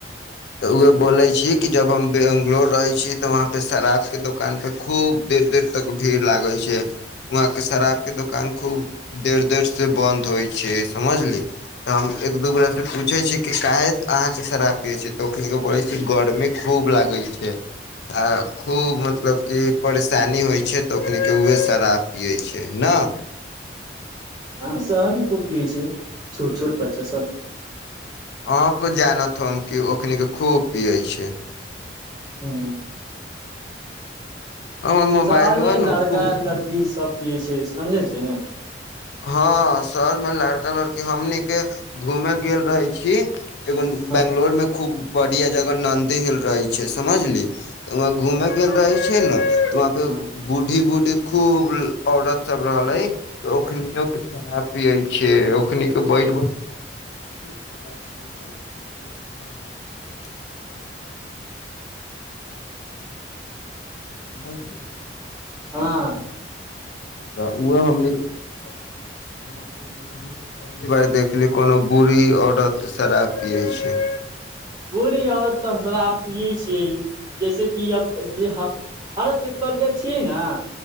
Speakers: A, on the left (about 65°); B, on the right (about 20°).
A: तऽ उहे बोलै छी की जब हम बेंगलोर रहै छी त उहाँ शराब के दुकान पे खूब देर देर तक भीड़ लागै छै उहां के शराब के दुकान खूब देर देर से बंद होइ छै समझली तऽ हम एक- ओकरासँ पूछै छियै कि काहे अहाँके शराब पियै छी तऽ ओखनिके बोलै छी गरमी खूब लागै छै आ खूब मतलब की परेशानी होइ छै तऽ ओखनिके उएह शराब पियै छै न
B: हँ शहरमे खूब पीयै छै छोट छोट बच्चा सब
A: अहाँ को जानत हम की ओखनी के खूब पीयै छै
B: हूँ
A: हमर मोबाइलबा
B: शहर मे
A: ने
B: लड़का
A: खूब
B: लड़की सब पीयै छै समझे छै
A: हँ शहर मे लड़का लड़की के हमनी के घूमे गेल रहै छी एगो
B: हँ
A: बैंगलोरमे खूब बढ़ियाँ जगह नन्दी हिल रहै छै समझली तऽ वहाँ घूमे गेल रहै छै न वहाँ पे
B: हँ
A: बूढ़ी बूढ़ी खूब औरत सब रहलै <unintelligible> समझली
B: हँ
A: तऽ ओहो हमनीके हम अपन जिन्दगीमे पहली बार देखली कोनो बुढ़ी औरत शराब पियै छै
B: बुढ़ी औरत तऽ शराब पियै छियै जैसेेक कि अब जे भारतके कल्चर छियै ने